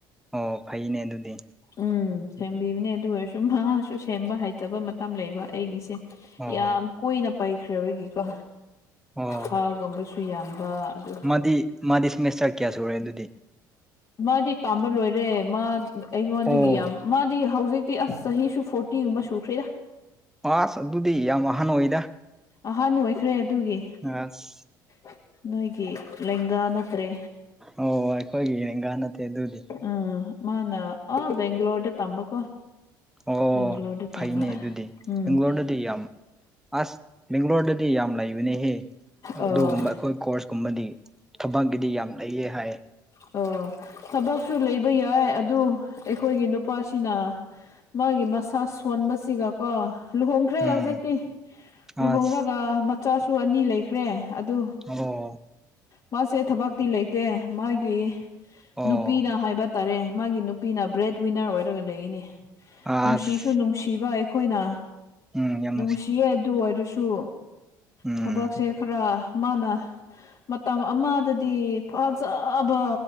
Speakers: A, in the centre; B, on the left (about 45°).
A: ꯑꯣ ꯐꯩꯅꯦ ꯑꯗꯨꯗꯤ
B: ꯎꯝ ꯁꯦꯝꯕꯤꯕꯅꯦ ꯑꯗꯨ ꯑꯣꯏꯔꯁꯨ ꯃꯍꯥꯛꯁꯨ ꯁꯦꯝꯕ ꯍꯩꯇꯕ ꯃꯇꯝ ꯂꯩꯕ ꯑꯩꯒꯤꯁꯦ
A: ꯑꯣ
B: ꯌꯥꯝ ꯀꯨꯏꯅ ꯄꯥꯏꯈ꯭ꯔꯕꯒꯤꯀꯣ
A: ꯑꯣ
B: ꯍꯥꯥꯒꯨꯝꯕꯁꯨ ꯌꯥꯝꯕ ꯑꯗꯨ
A: ꯃꯥꯗꯤ ꯃꯥꯗꯤ ꯁꯦꯃꯦꯁꯇꯔ ꯀꯌꯥ ꯁꯨꯔꯦ ꯑꯗꯨꯗꯤ
B: ꯃꯥꯗꯤ ꯇꯥꯝꯕ ꯂꯣꯏꯔꯦ ꯃꯥ ꯑꯩꯉꯣꯟꯗꯒꯤ
A: ꯑꯣ
B: ꯌꯥꯝ ꯃꯥꯗꯤ ꯍꯧꯖꯤꯛꯇꯤ ꯑꯁ ꯆꯍꯤꯁꯨ ꯐꯣꯔꯇꯤꯒꯨꯝꯕ ꯁꯨꯈ꯭ꯔꯤꯗ
A: ꯑꯁ ꯑꯗꯨꯗꯤ ꯌꯥꯝ ꯋꯥꯍꯥꯟ ꯑꯣꯏꯗ
B: ꯑꯍꯥꯟꯕ ꯑꯣꯏꯈ꯭ꯔꯦ ꯑꯗꯨꯒꯤ
A: ꯑꯁ
B: ꯑ ꯅꯣꯏꯒꯤ ꯂꯦꯡꯒꯥ ꯅꯠꯇ꯭ꯔꯦ
A: ꯑꯣ ꯑꯩꯈꯣꯏꯒꯤ ꯂꯦꯡꯒꯥ ꯅꯠꯇꯦ ꯑꯗꯨꯗꯤ
B: ꯎꯝ ꯃꯥꯅ ꯑ ꯕꯦꯡ꯭ꯂꯣꯔꯗ ꯇꯝꯕꯀꯣ
A: ꯑꯣ
B: ꯕꯦꯡꯒ꯭ꯂꯣꯔꯗ
A: ꯐꯩꯅꯦ
B: ꯇꯝꯕ
A: ꯑꯗꯨꯗꯤ
B: ꯎꯝ
A: ꯕꯦꯡꯒ꯭ꯂꯣꯔꯗꯗꯤ ꯌꯥꯝ ꯑꯁ ꯕꯦꯡꯒ꯭ꯂꯣꯔꯗꯗꯤ ꯌꯥꯝ ꯂꯩꯕꯅꯦꯍꯦ
B: ꯑꯥ
A: ꯑꯗꯨꯒꯨꯝꯕ ꯑꯩꯈꯣꯏ ꯀꯣꯔꯁꯀꯨꯝꯕꯗꯤ ꯊꯕꯛꯒꯤꯗꯤ ꯌꯥꯝ ꯂꯩꯌꯦ ꯍꯥꯏ
B: ꯑꯣ ꯊꯕꯛꯁꯨ ꯂꯩꯕ ꯌꯥꯏ ꯑꯗꯨ ꯑꯩꯈꯣꯏꯒꯤ ꯅꯨꯄꯥꯁꯤꯅ ꯃꯥꯒꯤ ꯃꯁꯥ ꯁꯣꯟꯕꯁꯤꯒꯀꯣ ꯂꯨꯍꯣꯡꯈ꯭ꯔꯦ
A: ꯎꯝ
B: ꯍꯧꯖꯤꯛꯇꯤ ꯂꯨꯍꯣꯡꯔꯒ
A: ꯑꯁ
B: ꯃꯆꯥꯁꯨ ꯑꯅꯤ ꯂꯩꯈ꯭ꯔꯦ ꯑꯗꯨ
A: ꯑꯣ
B: ꯃꯥꯁꯦ ꯊꯕꯛꯇꯤ ꯂꯩꯇꯦ ꯃꯥꯒꯤ
A: ꯑꯣ
B: ꯅꯨꯄꯤꯅ ꯍꯥꯏꯕ ꯇꯔꯦ ꯃꯥꯒꯤ ꯅꯨꯄꯤꯅ ꯕ꯭ꯔꯦꯗ ꯋꯤꯟꯅꯔ ꯑꯣꯏꯔꯒ ꯂꯩꯌ‌ꯦꯅꯦ
A: ꯑꯁ
B: ꯅꯨꯡꯁꯤꯁꯨ ꯅꯨꯡꯁꯤꯕ ꯑꯩꯈꯣꯏꯅ
A: ꯎꯝ ꯌꯥꯝ
B: ꯅꯨꯡꯁꯤꯌꯦ ꯑꯗꯨ ꯑꯣꯏꯔꯁꯨ
A: ꯎꯝ
B: ꯊꯕꯛꯁꯦ ꯈꯔ ꯃꯥꯅ ꯃꯇꯝ ꯑꯃꯗꯗꯤ ꯐꯖꯕ